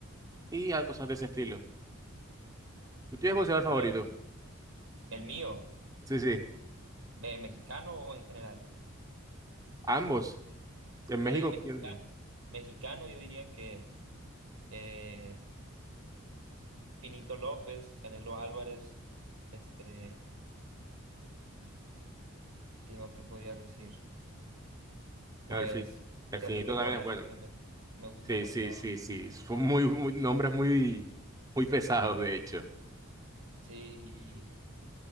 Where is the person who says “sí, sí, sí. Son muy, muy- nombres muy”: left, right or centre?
Right